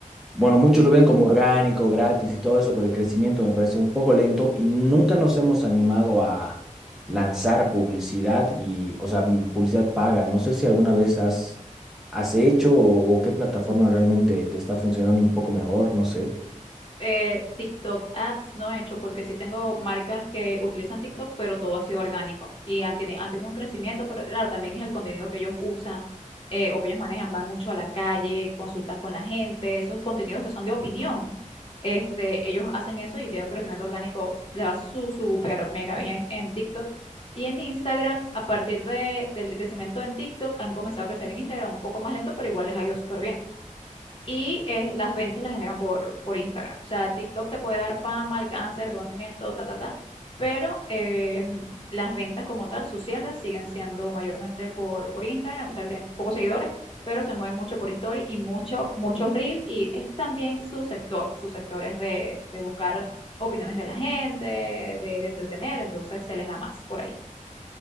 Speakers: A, in the centre; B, on the left (about 40°).
A: Bueno, muchos lo ven como orgánico, gratis y todo eso, pero el crecimiento me parece un poco lento y nunca nos hemos animado a lanzar publicidad y, o sea, m- publicidad paga. No sé si alguna vez has, has hecho o, o qué plataforma realmente te está funcionando un poco mejor, no sé.
B: eh, TikTok ads no he hecho porque sí tengo marcas que utilizan TikTok, pero todo ha sido orgánico y han, teni- han tenido un crecimiento, pero claro, también es el contenido que ellos usan eh, o que ellos manejan, van mucho a la calle, consultan con la gente, esos contenidos que son de opinión. Este, ellos hacen eso y tienen un crecimiento orgánico, le va su súper mega bien en TikTok. Y en Instagram, a partir de, del crecimiento en TikTok, han comenzado a crecer en Instagram un poco más lento, pero igual les ha ido súper bien y eh, las ventas las generan por, por Instagram. O sea, TikTok te puede dar fama, alcance, reconocimiento, ta, ta, ta, pero eh, las ventas como tal, sus cierres siguen siendo mayormente por, por Instagram, a pesar de que tienen pocos seguidores, pero se mueven mucho por Story y mucho, muchos Reel y es también su sector, sus sectores de, de buscar opiniones de la gente, de, de entretener, entonces se les da más por ahí.